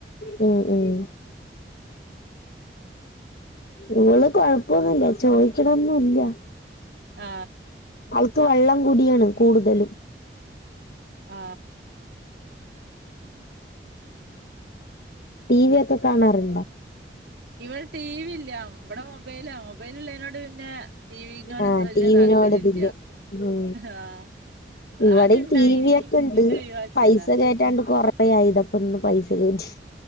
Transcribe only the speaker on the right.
ആ
ആ.....
ഇവിടെ ടിവി ഇല്ല ഇവിടെ മൊബൈല മൊബൈൽള്ളതിനോട് പിന്നെ ടിവിനോട്
അത്ര വല്യ
താല്പര്യം
ഇല്ല.
ആഹ്.
ആദ്യം ഇണ്ടായിനി.
പിന്നെ ഒഴിവാക്കിയതാ.